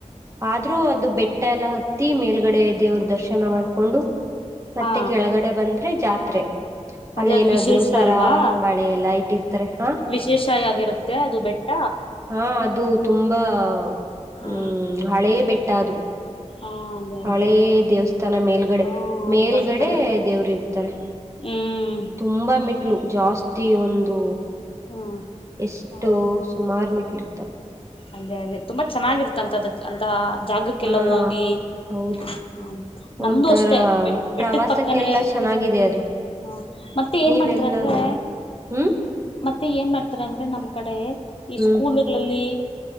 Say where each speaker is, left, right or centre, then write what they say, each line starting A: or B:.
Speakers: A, on the right; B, on the left.
A: ಆದ್ರೂ ಅದು ಬೆಟ್ಟ ಎಲ್ಲ ಹತ್ತಿ ಮೇಲ್ಗಡೆ ದೇವ್ರ್ ದರ್ಶ ಚೆನ್ನ ಮಾಡ್ಕೊಂಡು ಮತ್
B: ಹಾ
A: ತ್ತೆ ಕೆಳಗಡೆ ಬಂದ್ರೆ ಜಾತ್ರೆ
B: ಅದೇ
A: ಅಲ್ಲೇನಾದ್ರು
B: ಅದು ವಿಶೇಷ
A: ಸರಾ
B: ಅಲ್ವಾ ಹ
A: ಬಳೆ ಎಲ್ಲಾ ಇಟ್ಟಿರ್ತಾರೆ ಹಾ
B: ವಿಶೇಷ ಆಗಿರುತ್ತೆ ಅದು ಬೆಟ್ಟ
A: ಹಾ ಅದು ತುಂಬಾ
B: ಹಾ
A: ಹ್ಮ್ ಹಳೆ ಬೆಟ್ ಟ್ಟಾದು.
B: ಹಾ ಅದೇ
A: ಹಳೇ
B: ಅದೇ
A: ದೇವಸ್ಥಾನ ಮೇಲ್ಗಡೆ
B: ಹಾ
A: ಮೇಲ್ಗಡೆ
B: ಬರ್ತಾರ
A: ದೇವ್ರಿರ್ತಾರೆ.
B: ಹ್ಮ್
A: ತುಂಬಾ ಮೆಟ್ಲು
B: ಅದೇ
A: ಜಾಸ್ತಿ ತಿ ಒಂದು
B: ಹ್ಮ್
A: ಎಷ್ಟು
B: ಹೌದು
A: ಸುಮಾರ್ ಮೆ ಟ್ಲಿರ್ತಾವೆ.
B: ಅದೇ ಅದೇ ತುಂಬಾ ಚೆನ್ನಾಗಿರುತ್ತಂತ ಅದಕ್ ಅಂತ ಜಾಗಕ್ಕೆಲ್ಲ
A: ಹಾ
B: ಹೋಗಿ
A: ಹೌದು
B: ಹ ಹ ನಮ್ದು
A: ಒಂಥರ
B: ಅಷ್ಟೆ ಬೆಟ್ಟದ
A: ಪ್ರವಾಸಕ್ಕೆಲ್ಲ
B: ಪಕ್ಕನೇ
A: ಚೆನ್ನಾಗಿದೆ ಅದು
B: ಹ ಮತ್ತೆ ಏನ್
A: ನೀವೆಲ್ಲ
B: ಮಾಡ್ತಾರ ಅಂದ್ರೆ
A: ಬನ್ನಿ ಹ್ಮ್
B: ಮತ್ತೆ ಏನ್ ಮಾಡ್ತಾರ ಅಂದ್ರೆ ನಮ್ ಕಡೆ ಈ
A: ಹ್ಮ್
B: ಸ್ಕೂಲ್ಗಳಲ್ಲಿ